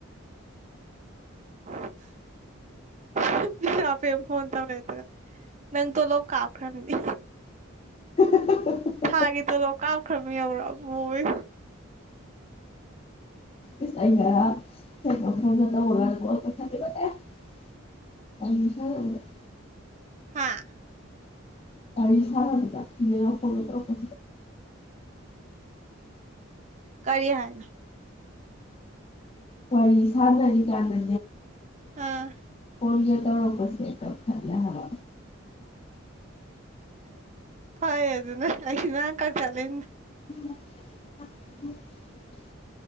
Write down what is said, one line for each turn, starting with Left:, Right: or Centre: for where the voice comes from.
Right: <inaudible> ꯄꯄꯦ ꯐꯣꯟꯟ ꯇꯧꯕ ꯂꯩ ꯅꯪ ꯇꯣꯂꯣꯞ ꯀꯥꯞꯈ꯭ꯔꯃꯤꯅꯤ
Left: <unintelligible>
Right: ꯊꯥꯒꯤ ꯇꯂꯣ ꯀꯥꯞꯈ꯭ꯔꯕ ꯌꯧꯔꯛꯑꯕꫭ ꯍꯣꯏ
Left: ꯏꯁ ꯑꯩ ꯉꯔꯥꯡ <unintelligible>
Right: ꯍꯥꯥ
Left: ꯒꯥꯔꯤ ꯁꯔꯛ ꯐꯣꯒ
Right: ꯀꯔꯤ ꯍꯥꯏꯅꫭ
Left: ꯋꯥꯔꯤ ꯁꯥꯟꯅꯔꯤꯀꯥꯟꯗꯅꯦ
Right: ꯑꯥ
Left: ꯐꯣꯟꯒ ꯇꯧꯔꯝꯕꯁꯦ ꯇꯧꯊꯠꯂ ꯍꯥꯏꯕ
Right: ꯐꯩ ꯑꯗꯨꯅ ꯑꯩꯁꯤ ꯅꯍꯥꯟ ꯀꯛ ꯆꯠꯂꯤ
Left: <unintelligible>